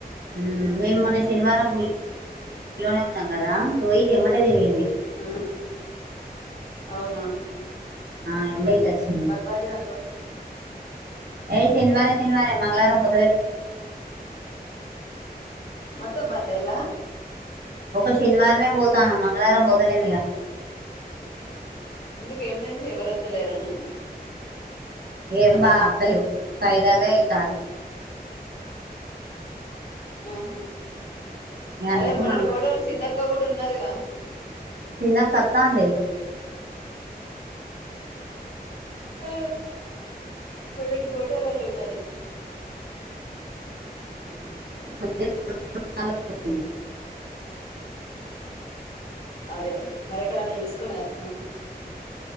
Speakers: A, on the right; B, on the left.
A: ఉ మేము మొన్న
B: ఉమ్
A: శనివారం ఇంట్లోనే ఉన్నాం కదా వెమ్మటనే తిరిగింది
B: ఆ అవునా
A: ఆ ఎబైకాక్ష <inaudible>
B: బజారుకు
A: ఏయ్ శనివారం శనివారం మంగళవారం పోతాలే
B: మొత్తం బందైలా
A: ఒక్క శనివారమే పోతానం మంగళవారం పోతాలేనిగ
B: ఇందుక ఏమైంది ఎవరు వత్తలేరనా?
A: ఏం బాగత్తలేవ్ ఐదారే ఐతాయ్
B: ఆహ
A: ఇగ
B: అదే
A: అందుకే
B: మనని
A: మంగ
B: ఫోటోలు సిందక్క కూడా ఉన్నాదిగా?
A: సిన్నక్కత్తాంది
B: ఆ మ <unintelligible> టెల్లల్లు ఉన్నది ఉమ్
A: <inaudible>
B: అదే అదే మరి ఎక్కడన్నా చూస్కున్నా ఎత్నా?